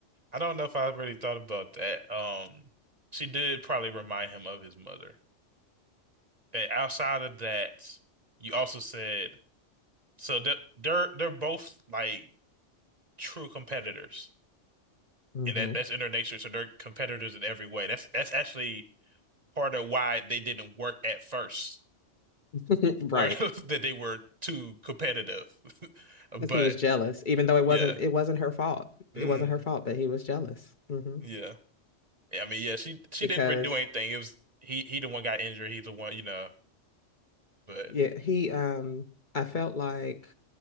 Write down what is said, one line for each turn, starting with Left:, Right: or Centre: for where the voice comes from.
Right: I don't know if I really thought about that. Um, she did probably remind him of his mother. And outside of that, you also said so they're they're, they're both like true competitors,
Left: hmm
Right: and that that's in their nature. So they're competitors in every way. That's that's actually part of why they didn't work at first,
Left: <laughs> Right.
Right: where <laughs> that they were too competitive. <laughs>
Left: because
Right: But
Left: he was jealous, even though it
Right: Yeah.
Left: wasn't it wasn't her fault. It
Right: Mm.
Left: wasn't her fault that he was jealous. hmm
Right: Yeah. Yeah. I mean, yeah, she she
Left: Because
Right: didn't really do anything. It was he he the one got injured. He's the one, you know, but
Left: yeah, he um I felt like